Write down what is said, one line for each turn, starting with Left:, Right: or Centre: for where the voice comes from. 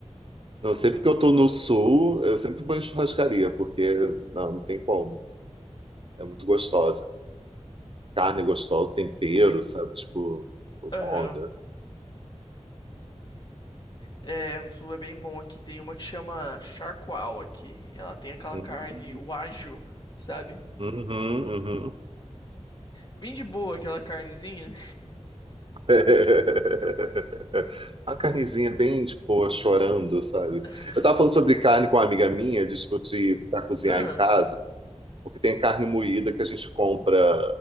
Right: Não, sempre que eu tô no sul, eu sempre vou em churrascaria, porque não, não tem como. É muito gostosa. Carne gostosa, tempero, sabe? Tipo, outra
Left: Aham.
Right: onda.
Left: É, o sul é bem bom aqui. Tem uma que chama charcoal aqui. Ela tem aquela
Right: Hum,
Left: carne wagyu, sabe?
Right: Uhum, uhum.
Left: Bem de boa aquela carnezinha.
Right: <laughs> A carnezinha bem, tipo, chorando, sabe?
Left: <laughs>
Right: Eu tava falando sobre carne com uma amiga minha, de, tipo, de, pra cozinhar
Left: Ah,
Right: em casa, porque tem carne moída que a gente compra,